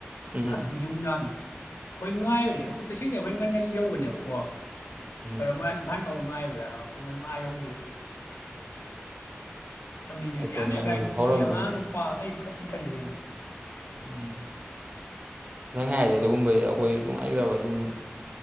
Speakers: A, on the right; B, on the left.
A: ꯎꯝ
B: ꯑꯁꯃꯤ ꯌꯨ ꯌꯥꯃꯤ ꯑꯩꯈꯣꯏ ꯉꯥꯏꯕꯅꯦ ꯑꯩꯈꯣꯏ ꯇꯁꯦꯡꯅ ꯑꯩꯈꯣꯏ ꯉꯟꯅꯜ ꯌꯧꯕꯅꯦꯕꯀꯣ
A: ꯎꯝ
B: ꯃꯣꯏꯥꯟ ꯅ ꯉꯥꯏꯕꯗ ꯄꯨꯡ ꯑꯅꯤꯃꯉꯥ ꯌꯧꯈꯤꯕꯏ <unintelligible> ꯃꯃꯤꯗꯨꯗꯤ
A: ꯑꯩꯈꯣꯏꯅ
B: ꯌꯥꯝ ꯍꯦꯞ
A: ꯑꯩꯉꯣꯟꯗꯁꯨ
B: ꯂꯥꯏ ꯅꯨꯄꯤ
A: ꯍꯧꯔꯝꯅꯤ
B: ꯑꯉꯥꯡ ꯅꯨꯄꯥ ꯑꯈꯩ ꯄꯨꯂꯞ ꯄꯤꯛꯊꯠꯂꯤ ꯀꯩꯅꯣ
A: ꯎꯝ ꯅꯪ ꯍꯥꯏꯔꯗꯤ ꯑꯗꯨꯒꯨꯝꯕ ꯑꯩꯈꯣꯏ ꯅꯨꯡꯉꯥꯏꯈ꯭ꯔꯕ ꯑꯗꯨꯝꯠ